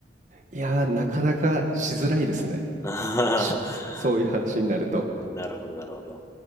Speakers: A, on the right; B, on the left.
A: いやー、なかなかしづらいですね。
B: あははは
A: しそういう話になると。
B: <laughs> うん、なるほど、なるほど。